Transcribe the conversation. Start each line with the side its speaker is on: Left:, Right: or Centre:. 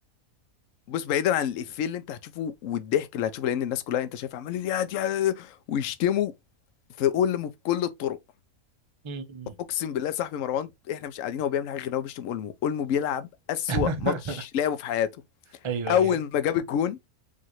Left: بص بعيدا عن الافيه اللي انت هتشوفه والضحك اللي هتشوفه لان الناس كلها انت شايف عمال يا- يا- ويشتموا في اولمو بكل الطرق
Right: م- م.
Left: اقسم بالله صاحبي مروان احنا مش قاعدين هو بيعمل حاجه غير إن هو بيشتم اولمو اولمو بيلعب اسوأ
Right: <laughs>
Left: ماتش لعبه في حياته
Right: ايوه
Left: اول
Right: ايوه
Left: ما جاب الجون